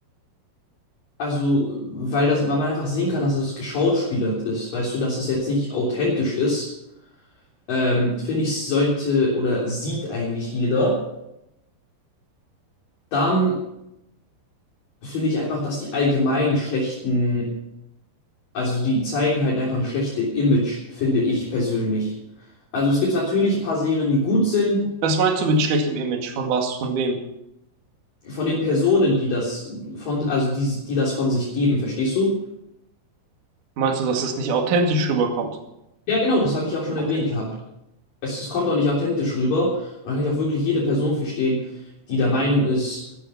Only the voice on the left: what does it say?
also, weil das, weil man einfach sehen kann, dass es geschauspielert ist, weißt du, dass es jetzt nicht authentisch ist, ähm, finde ich, sollte oder sieht eigentlich jeder. Dann finde ich einfach, dass die allgemein schlechten also die zeigen halt einfach eine schlechte Image, finde ich persönlich. Also es gibt natürlich ein paar Serien, die gut sind,
von den Personen, die das von, also die, die das von sich geben, verstehst du?
Ja, genau, das habe ich auch schon
erwähnt gehabt. Es, es kommt auch nicht authentisch rüber. Und da kann ich auch wirklich jede Person verstehen, die der Meinung ist,